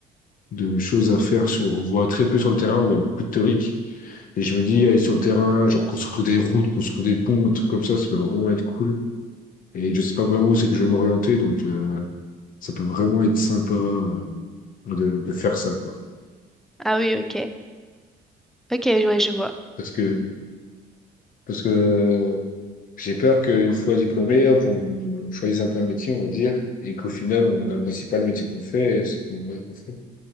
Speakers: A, on the left; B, in the centre.
A: de choses à faire. Sur, on voit très peu sur le terrain, on voit beaucoup de théorique. Et je me dis, aller sur le terrain, genre construire des routes, construire des ponts, des trucs comme ça, ça peut vraiment être cool. Et je sais pas vraiment où c'est que je vais m'orienter, donc euh, ça peut vraiment être sympa euh, de, de faire ça, quoi.
B: Ah oui, ok. Ok, ouais, je vois.
A: Parce que parce que J'ai peur qu'une fois diplômé, hop, on, on choisisse un peu un métier, on va dire, et qu'au final, on n'apprécie pas le métier qu'on fait et ce qu'on ouais, qu'on fait.